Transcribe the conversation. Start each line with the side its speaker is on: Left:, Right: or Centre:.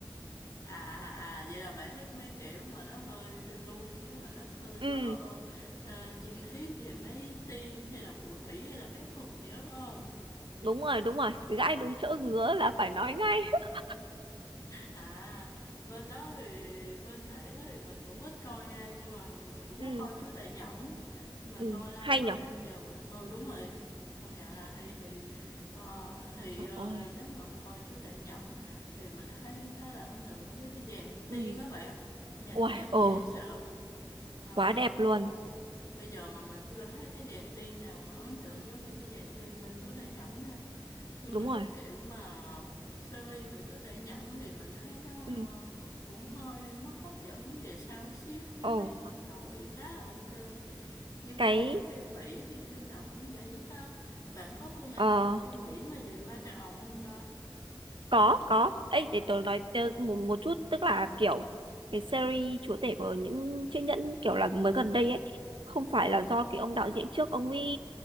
Left: À à à, vậy là bạn thích mấy kiểu mà nó hơi phiêu lưu xíu mà nó hơi
Right: ừ
Left: có ờ, truyền thuyết về mấy tiên hay là phù thủy hay là phép thuật gì đó phải không?
Right: đúng rồi đúng rồi gãi đúng chỗ ngứa là phải nói ngay <laughs>
Left: À, bên đó thì bên hệ đó thì mình cũng ít coi nha nhưng mà mình cũng
Right: ừ
Left: có coi Chúa Tể Nhẫn nhưng mà
Right: ừ
Left: coi lâu
Right: hay
Left: quá
Right: nhở
Left: nên giờ mình ừ đúng rồi công nhận là hay thì ờ, thì
Right: Trời
Left: ờ,
Right: ơi.
Left: nếu mà coi Chúa Tể Nhẫn thì mình thấy khá là ấn tượng với cái dàn tiên
Right: ừ
Left: á bạn nhìn
Right: Uầy,
Left: đẹp
Right: ồ,
Left: dễ sợ ờ,
Right: quá đẹp luôn.
Left: Bây giờ mà mình chưa thấy cái dàn tiên nào mà ấn tượng giống như cái dàn tiên bên Chúa Tể Nhẫn nha. Nhưng
Right: Đúng
Left: mà
Right: rồi.
Left: cái kiểu mà series của Chúa Tể Nhẫn thì mình thấy nó
Right: ừ
Left: ờ, cũng hơi mất hấp dẫn về sau xíu chứ
Right: Ồ,
Left: mấy phần đầu thì khá là ok. Nhưng mà
Right: cái
Left: hình như phim Mỹ thì phim nào cũng vậy ta. Bạn có thường hay
Right: ờ
Left: coi phim Mỹ mà về ma cà rồng không ta?
Right: có có. Ấy để tớ nói tớ một một chút tức là kiểu cái series chúa tể của những chiếc nhẫn kiểu là mới gần đây ấy không phải là do cái ông đạo diễn trước ông ấy